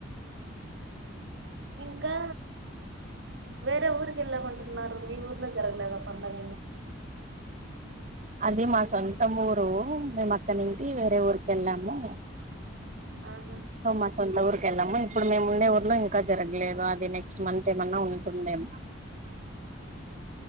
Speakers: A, on the right; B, on the right.
A: ఇంకా వరే ఊరుకి ఎలా మంటున్నారు మీ ఊర్లా జరగలే ఏదో పండగ
B: అది మా సొంత ఊరు మేము అక్కనంటి వేరే ఊరిక వెళ్ళాము
A: ఆహా
B: హమ్మ సొంత ఉఊరు ె వెళ్ళాము ఇప్పుడు మేము ఉండే ఊర్లో ఇంకా జరగలేదు అది నెక్స్ట్ మంత్ ఏమన్నా ఉంటుందేమో